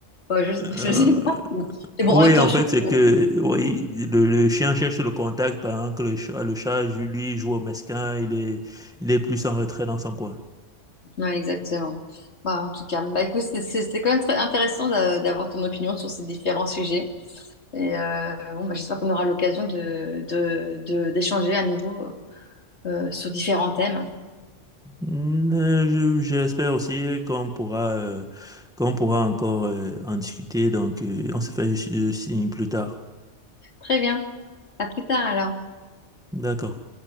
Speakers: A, on the left; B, in the centre.
A: bah, je,
B: <laughs>
A: je sais pas. Mais bon,
B: Oui,
A: en même temps,
B: en fait,
A: je trouve
B: c'est
A: que
B: que oui, le, le chien cherche le contact pendant que le chat, le chat lui, joue au mesquin, il est, il est plus en retrait dans son coin.
A: Ouais, exactement. Bah, en tout cas, bah, écoute, c'est- c'est- c'était quand même très intéressant d'a- d'avoir ton opinion sur ces différents sujets. Et euh, bon, bah, j'espère qu'on aura l'occasion de, de, de- d'échanger à nouveau euh, sur différents thèmes.
B: Mm, euh, je- J'espère aussi qu'on pourra, euh, qu'on pourra encore euh, en discuter, donc euh, on se fait euh, signe plus tard.
A: Très bien. À plus tard alors.
B: D'accord.